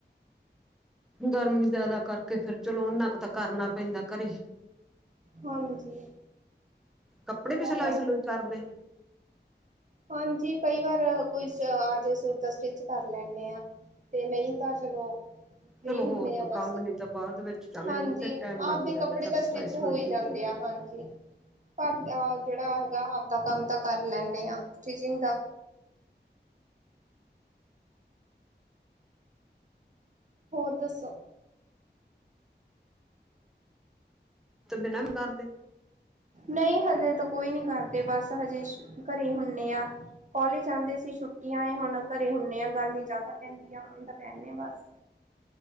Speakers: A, in the centre; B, on the right.
A: ਗਰਮੀ ਜਿਆਦਾ ਕਰਕੇ ਫਿਰ ਚਲੋ ਹੁਣ ਨਾ ਕਰਨਾ ਪੈਂਦਾ ਘਰੇ
B: ਹਾਂਜੀ
A: ਕੱਪੜੇ
B: ਇਹ
A: ਵੀ
B: ਤਾਂ
A: ਸਿਲਾਈ
B: ਹੈ
A: ਸਲੂਈ ਕਰਦੇ।
B: ਹਾਂਜੀ। ਕਈ ਵਾਰ ਕੋਈ ਆ ਜਏ ਸੂਟ ਦਾ ਸਟਿਚ ਕਰ ਲੈਂਦੇ ਆ। ਤੇ ਨਹੀਂ ਤਾਂ ਚਲੋ ਫ੍ਰੀ
A: ਚਲੋ
B: ਹੁੰਦੇ
A: ਹੋਰ ਕੋਈ
B: ਆ
A: ਕੰਮ
B: ਬਸ।
A: ਨੀ ਤਾਂ ਬਾਅਦ ਵਿੱਚ ਚੱਲ
B: ਹਾਂਜੀ।
A: ਇਹਦੇ ਤੇ ਟਾਈਮ
B: ਆਪਦੇ
A: ਲੱਗ ਜਾਂਦਾ
B: ਕੱਪੜੇ
A: ਚੱਲ
B: ਤਾਂ ਸਟਿਚ
A: ਸਿਲਾਈ ਸਲੂਈ
B: ਹੋ ਹੀ
A: ਕੀਤੀ
B: ਜਾਂਦੇ
A: ਜਾਂਦੀ
B: ਆ ਹਾਂਜੀ ਪਰ ਜਿਹੜਾ ਹੈਗਾ ਆਪਦਾ ਕੰਮ ਤਾਂ ਕਰ ਲੈਨੀ ਆ ਸਟਿਚਿੰਗ ਦਾ ਹੋਰ ਦੱਸੋ।
A: ਤੋਂ ਬਿਨਾਂ ਵੀਕਾਰਦੇ।
B: ਨਹੀਂ ਹਜੇ ਤਾਂ ਕੋਈ ਨੀ ਕਰਦੇ ਬਸ ਹਜੇ ਘਰੇ ਹੁੰਦੇ ਆ ਕਲੇਜ ਆਦੇ ਸੀ। ਛੁੱਟੀਆਂ ਏ ਹੁਣ ਘਰੇ ਹੁੰਦੇ ਆ ਗਰਮੀ ਜ਼ਿਆਦਾ ਪੈਂਦੀ ਆ ਹ ਰਹਦੇ ਆ ਬਸ।